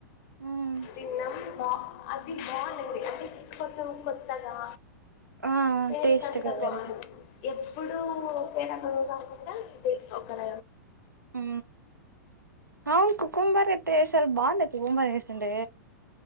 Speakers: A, on the right; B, on the left.
A: ఉమ్
B: తిన్నం బా అది బాగునే అంటే కొత్తం కొత్తగా
A: ఆ
B: టేస్ట్
A: టేస్ట్గా
B: అంతా
A: వర
B: బాగుంది ఎప్పుడు పెరు కాకుండా ఇది ఒక ర
A: ఉ అవును కుకుంబర్ ఎట్టా చేశారు బాగుంద కుకుంబర్ వేసంటే